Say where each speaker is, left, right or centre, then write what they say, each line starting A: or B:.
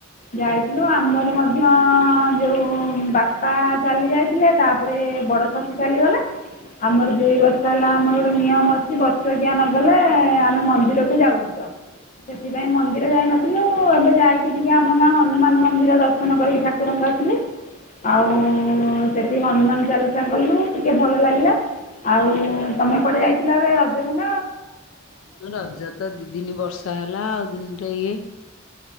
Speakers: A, on the left; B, on the left.
A: ଯାଇଥିଲୁ
B: ହୁଁ
A: ଆମର ମ ଧ୍ୟ ଯୋଉଁ ବାପା ଚାଲି ଯାଇଥିଲେ ତାପରେ ବଡ ଶାଶୁ ଚାଲିଗଲେ।
B: <inaudible>
A: ଆମର ଦୁଇ ବର୍ଷ ହେଲା ଆମର ଗୋଟେ ନିୟମ ଅଛି। ବର୍ଷ କିଆ ନଗଲେ ଆମେ ମନ୍ଦିରକୁ ଯାଉନି ତ। ସେଥିପାଇଁ ମନ୍ଦିର ଯାଇନଥ ଇଲୋ ଯାଇକି ଟିକେ ଆମ ଗାଁ ହନୁମାନ ମନ୍ଦିର ଦର୍ଶନ କରିକି ଠାକୁରଙ୍କ ଆସିଲେ। ଆଉ ସେଠି ହନୁମାନ ଚାଲିସା କଲୁ ଟିକେ ଭଲ ଲାଗିଲା। ଆଉ ତମେ କୁଆଡେ ଡେ ଯାଇଥିଲ ଏବେ ରଜ ଦିନ।
B: ରଜ ତ ଦି ଦିନ ବର୍ଷା ହେଲା ଆଉ ଦିନିଟା ଇଏ।